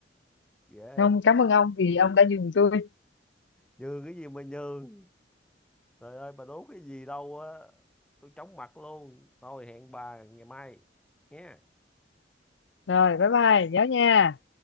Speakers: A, in the centre; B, on the left.
A: ghê
B: ông cảm
A: thiệt.
B: ơn ông vì ông đã nhường tôi
A: nhường cái gì mà nhường trời ơi bà đố cái gì đâu á tôi chóng mặt luôn thôi hẹn bà ngày mai nghe
B: rồi bye bye nhớ nha